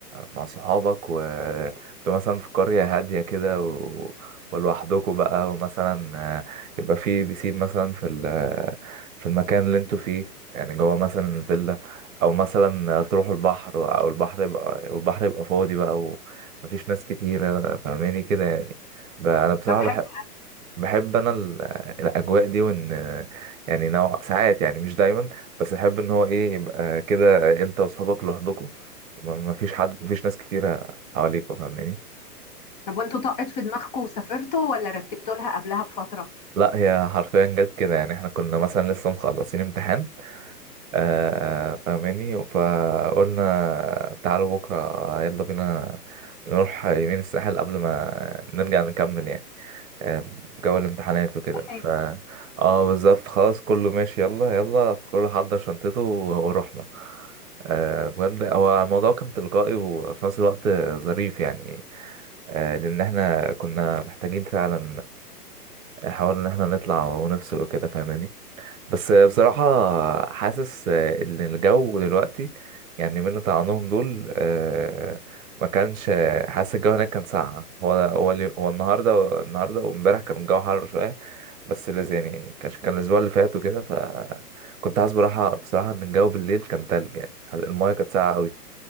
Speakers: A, on the right; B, on the left.
A: مع صحابك و بتبقى مثلا في قرية هادية كده و... ولوحدكوا بقى ومثلا آه، يبقى في بيسين مثلا في ال... في المكان اللي انتوا فيه يعني جوه مثلا الفيلا أو مثلا تروحوا البحر أو البحر يبقى والبحر يبقى فاضي بقى ومفيش ناس كتيرة فاهماني كده يعني ب- أنا بصراحة
B: طب حلو
A: بحب بحب انا ال- الاجواء دي وان يعني نوع ساعات يعني مش دايما بس بحب ان هو ايه يبقى كده انت واصحابك لوحدكم وما فيش حد مفيش ناس كتيره حواليك فاهماني
B: طب وانتوا طقت في دماغكم وسافرتوا ولا رتبتوا لها قبلها بفترة؟
A: لا هي حرفيا جت كده يعني احنا كنا مثلا لسه مخلصين امتحان آه فاهماني فقلنا تعالوا بكره يلا بينا نروح يمين الساحل قبل ما نرجع نكمل يعني آم، جو الامتحانات وكده
B: حلو.
A: ف اه بالظبط خلاص كله ماشي يلا يلا كله حضر شنطته ورحنا آه، بجد هو الموضوع كان تلقائي وفي نفس الوقت ظريف يعني آه، لأن احنا كنا محتاجين فعلا نحاول إن احنا نطلع ونفصل وكده فاهماني بس بصراحة حاسس إن الجو دلوقتي يعني من اللي طلعناهم دول آه، ما كانش حاسس الجو هناك كان ساقع هو هو اليو- هو النهاردة النهاردة وامبارح كان الجو حر شوية بس اللي زي- يعني كانش- كان الأسبوع اللي فات وكده فكنت حاسس براحة بصراحة إن الجو بالليل كان تلج يعني حاسس- المايه كانت ساقعة أوي